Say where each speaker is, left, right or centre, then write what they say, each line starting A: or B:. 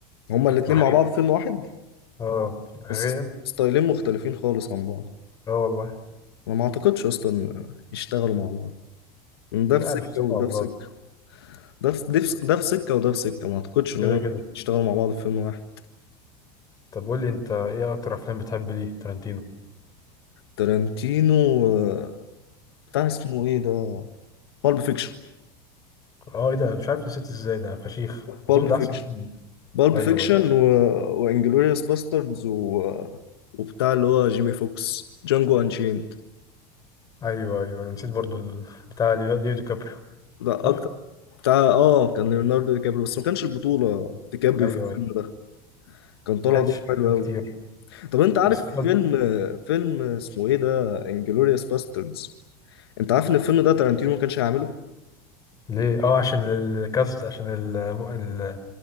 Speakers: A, on the left; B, on the left.
A: هما الاتنين
B: مع
A: مع
B: حبيبي
A: بعض فيلم واحد
B: اه تخيل
A: بس ستايلين مختلفين خالص عن بعض
B: اه والله
A: انا ما اعتقدش اصلا إن يشتغلوا مع بعض إن ده
B: مش
A: في
B: عارف
A: سكة
B: سبحان
A: وده
B: الله
A: في سكة ده في ده في ده في سكة وده في سكة ما اعتقدش ان
B: كده
A: هم
B: كده
A: يشتغلوا مع بعض في فيلم واحد
B: طب قول لي انت ايه اكتر افلام بتحب ليه تارانتينو
A: تارانتينو آه، بتاع اسمه ايه ده بالب فيكشن
B: اه ايه ده أنا مش عارف نسيت ازاي ده فشيخ
A: بالب
B: اظن ده
A: فيكشن
B: احسن فيلم
A: بالب
B: ايوه
A: فيكشن و... وانجلوريوس باستردز و... وبتاع اللي هو جيمي فوكس جانجو انشيند
B: ايوه ايوه أنا نسيت برضو ال- بتاع ليو- ليو دي كابريو
A: ده
B: صح
A: اكتر بتاع اه كان ليوناردو دي كابريو بس ما كانش البطولة دي كابريو
B: ايوه
A: في الفيلم
B: ايوه
A: ده كان طالع
B: ما كانش
A: دور حلو
B: اعلان
A: قوي
B: كتير
A: طب انت عارف
B: بس لقد
A: فيلم فيلم اسمه ايه ده انجلوريوس باستردز انت عارف ان الفيلم ده تارانتينو ما كانش هيعمله
B: ليه اه عشان الكاست عشان ال... ال...